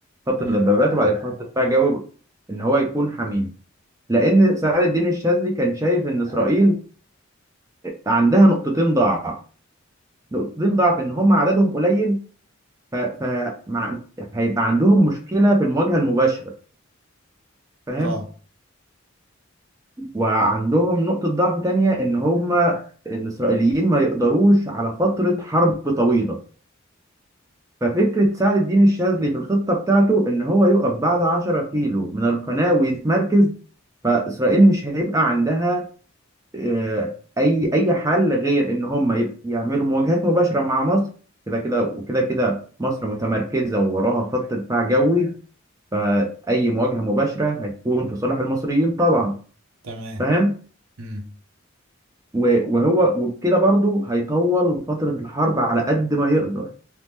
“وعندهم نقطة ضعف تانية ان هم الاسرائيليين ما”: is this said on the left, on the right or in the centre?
Right